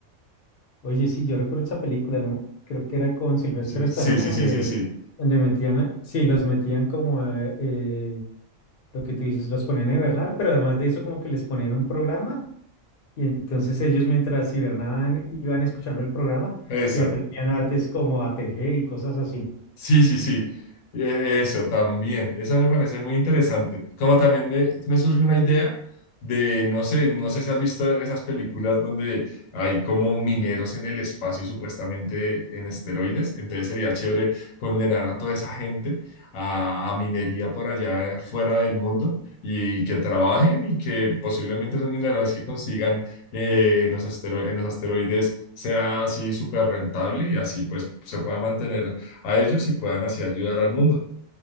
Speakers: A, on the left (about 50°); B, on the left (about 80°).
A: Oye, sí, yo recuerdo esa película, ¿no? Creo que era con Sylvester
B: Sí,
A: Stallone,
B: sí, sí,
A: donde,
B: sí, sí. sí.
A: donde metían, a- sí, los metían como, eh, eh, lo que tú dices, los ponían a hibernar, pero además de eso, como que les ponían un programa Y entonces ellos mientras hibernaban iban escuchando el programa
B: Eso.
A: y aprendían artes como a tejer y cosas así.
B: Sí, sí, sí. E- Eso también. Eso me parece muy interesante. Como también me, me surge una idea de, no sé, no sé si has visto esas películas donde hay como mineros en el espacio, supuestamente en esteroides. Entonces sería chévere condenar a toda esa gente a, a minería por allá fuera del mundo y que trabajen y que posiblemente esos minerales que consigan eh, en los astero- en los asteroides sea así súper rentable y así pues se pueda mantener a ellos y puedan así ayudar al mundo.